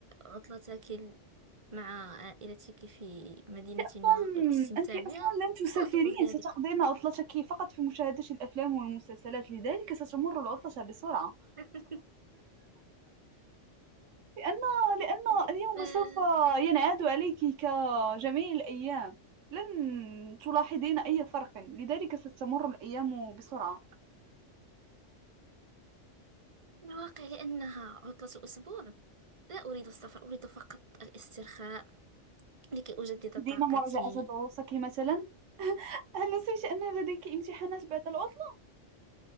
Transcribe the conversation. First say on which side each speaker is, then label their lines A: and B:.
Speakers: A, on the right; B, on the right.
A: عطلتك ال- مع عائلتك في مدينة
B: أصلاً
A: ما والاستمتاع
B: أنت
A: بها؟
B: أصلا لن تسافرين
A: لا أظن ذلك
B: ستقضين عطلتك فقط في مشاهدة الأفلام والمسلسلات لذلك ستمر العطلة بسرعة
A: <laughs>
B: لأن لأن
A: ب-
B: اليوم
A: آه،
B: سوف ينعاد عليك كجميع الأيام لن تلاحظين أي فرق لذلك ستمر الأيام بسرعة
A: من الواقع لأنها عطلة أسبوع لا أريد السفر أريد فقط الاسترخاء لكي أجدد
B: دين
A: طاقتي
B: مراجعة دروسك مثلا هل نسيت أن لديك امتحانات بعد العطلة؟